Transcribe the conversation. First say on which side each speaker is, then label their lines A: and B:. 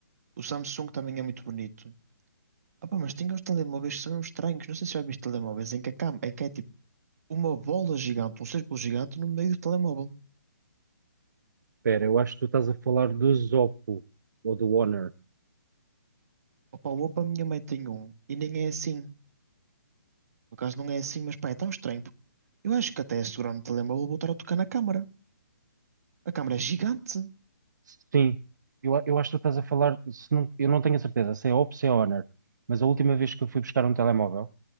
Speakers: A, on the right (about 50°); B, on the right (about 65°).
A: O Samsung também é muito bonito. Opa, mas tem uns telemóveis que são uns estranhos. Não sei se já viste telemóveis em que, a cam- em que é tipo uma bola gigante, um círculo gigante no meio do telemóvel.
B: Espera, eu acho que tu estás a falar do Zoppo ou do Honor.
A: Opa, o Oppo, a minha mãe tem um e nem é assim. No caso, não é assim, mas pá, é tão estranho. porque Eu acho que até a segurar no telemóvel vou estar a tocar na câmara. A câmara é gigante,
B: Sim, eu, a- eu acho que tu estás a falar. se não- eu não tenho a certeza se é Oppo, se é Honor, mas a última vez que eu fui buscar um telemóvel,